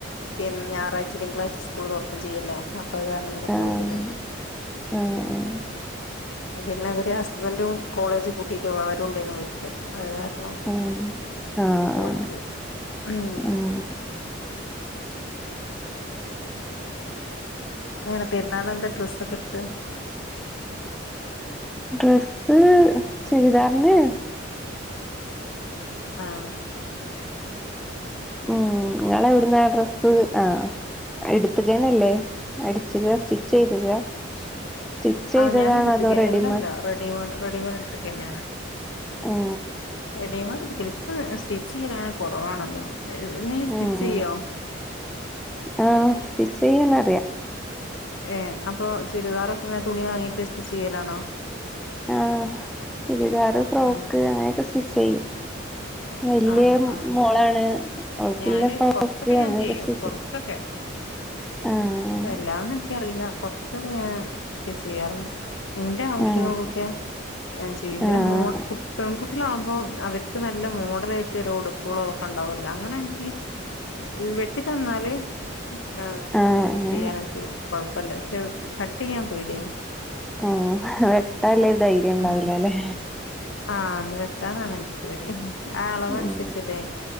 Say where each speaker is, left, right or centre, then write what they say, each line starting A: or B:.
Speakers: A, on the left; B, in the centre.
A: പിന്നെ ഞായറാഴ്ച തിങ്കളാഴ്ച സ്കൂൾ തുറകയും ചെയ്യല്ല അപ്പ അഹ് കാരണം പിന്നെ
B: ആഹ്
A: പോയിട്ടില്ല
B: ആഹ്
A: പിന്നെ അവര് ഹസ് ഹസ്ബൻറും കോളേജ് പൂട്ടിട്ട് അവരും ഉണ്ടാരുന്നു വീട്ടില് അഹ് കാരണം
B: ഉം ആഹ്
A: പോയിട്ട് ഉം
B: ആഹ്
A: നിങ്ങൾ എന്താ പെരുന്നാളിന് എന്താ ഡ്രസ്സ ഒക്കെ ഇടുത്ത്
B: ഡ്രസ്സ് ചുരിദാറന്നെ
A: ആഹ്
B: ഉം നിങ്ങള എവിടുന്ന ഡ്രസ്സ് ആ എടുത്തുകേനല്ലേ അടിച്ചുക സ്റ്റിച്ച് ചെയ്തുക സ്റ്റിച്ച് ചെയ്തതാണോ
A: ആ ഞാന എടുത്തക്ക
B: അതോ റെഡിമേഡ്
A: എല്ലല്ല റെഡിമെയഡ് റെഡിമെയ്ഡ് എടുത്തക്ക തന്നെയാണ്
B: ഹെ
A: റെഡിമെയ്ഡ് എടുക്കാല് ഇപ്പ സ്റ്റിച്ച് ചെയ്യല അങ്ങനെ കുറവാണല്ലോ നീ സ്റ്റിച്ച്
B: ഉം
A: ചെയ്യോ
B: ആഹ് സ്റ്റിച്ച് ചെയ്യാനറിയ
A: ഏഹ് അപ്പൊ ചുരിദാൊക്കെ ഇങ്ങെനെ തുണി വാങ്ങീട്ട് സ്റ്റിച്ച് ചെയ്യലാണൊ.
B: ആഹ് ചുരിദാർ ഫ്രോക്ക്
A: ആഹ്
B: അങ്ങനെയൊക്കെ സ്റ്റിച്ച് ചെയ്യും. വല്യ
A: ആഹ് ആഹ്.
B: മോളാണ് ഓൾക്കില്ല
A: ഞാന്
B: ഫ്രോക്ക്
A: കൊറ്ച്ചൊക്കെ
B: അങ്ങനെയൊക്കെ
A: ഞാൻ ചെയ്യും.
B: സ്റ്റിച്ച്
A: കൊറ്ച്ചൊക്കെ
B: ആഹ്
A: വെല്ലാംന്നുൻക്കറീല്ല. കൊറ്ചൊക്കെ ഞാൻ സ്റ്റിചെയ്യാറുണ്ട്. ഇന്റെ ആവശ്യങ്ങൾക്കൊക്കെ
B: ആഹ്
A: ഞാ ചെയ്യും. പിന്നെ
B: ആഹ്
A: മോള് കു പെൺകുട്ടിളാകുമ്പോം അവർക്ക് നല്ല മോ കലായിട്ട് ഉടുപ്പുകളോ അതൊക്കെ ഉണ്ടാവൊല്ല. അങ്ങനാൻച്ചങ്കി. വെട്ടി തന്നാല്. ആ
B: ആഹ്
A: സ്റ്റിച്ച് ചെയ്യാനൻക്ക് കൊഴപ്പല്ല. കട്ട് ചെയ്യാൻ പേട്യ
B: ആഹ് വെട്ടാല്ല ഒരു ധൈര്യം ഇണ്ടാവുലല്ലെ.
A: ഉം ആഹ് അത് വെട്ടാനാണ് എൻക്ക് പേടി. ആ അളവ്
B: ഉം
A: അൻസരിച്ച്ട്ടെ